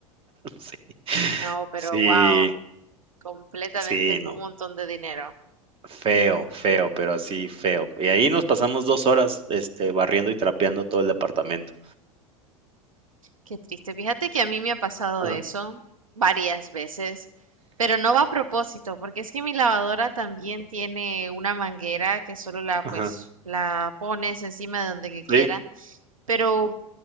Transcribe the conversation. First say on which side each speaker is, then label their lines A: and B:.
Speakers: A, on the right; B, on the right.
A: sí.
B: No, pero
A: Sí,
B: wow, completamente
A: sí,
B: fue
A: no.
B: un montón de dinero.
A: Feo, feo, pero así feo. Y ahí nos pasamos 2 horas, este, barriendo y trapeando todo el departamento.
B: Qué triste. Fíjate que a mí me ha pasado
A: Ajá,
B: eso varias veces, pero no va a propósito, porque es que mi lavadora también tiene una manguera que solo la
A: ajá,
B: pues la pones encima de donde que quiera,
A: sí,
B: pero